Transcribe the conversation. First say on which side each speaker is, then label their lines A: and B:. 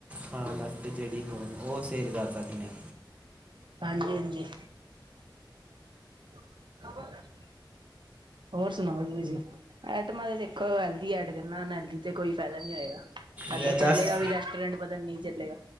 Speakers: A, on the right; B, on the right.
A: ਖਾਣ ਵਾਸਤੇ ਜਿਹੜੀ ਹੋਣ ਉਹ ਫਰ -ਕਰ ਸਕਦੇ ਹਾਂ
B: ਹਾਂਜੀ -ਹਾਂਜੀ। ਹਰ ਹੋਰ ਸੁਣਾਓ ਜੀ ਤੁਸੀਂ ਐਟਮਾਂ ਤੇ ਦੇਖੋ ਹੈਲਦੀ ਐਡ ਕਰਨਾ, ਨਹੀਂ ਤੇ ਕੋਈ ਫੈਦਾ ਨੀ ਹੋਏਗਾ।
A: ਜੇ
B: ਡ
A: ਦੱਸ
B: ਚੱਲੇਗਾ ਵੀ ਰੈਸਟੋਰੈਂਟ ਪਤਾ ਨਹੀਂ ਚੱਲੇਗਾ